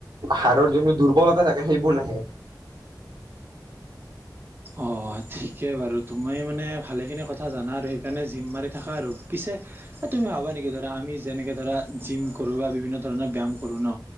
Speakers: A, on the right; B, on the right.
A: হাৰৰ যোন দুৰ্বলতা থাকে সেইবোৰ নাহে।
B: অঁ ঠিকে বাৰু তুমি মানে ভালেখিনি কথা জানা আৰু সেইকাৰণে জিম মাৰি থাকা আৰু পিছে এই তুমি ভাবা নেকি ধৰা আমি যেনেকৈ ধৰা জিম কৰ বিভিন্ন ধৰণৰ ব্যায়াম কৰোঁ ন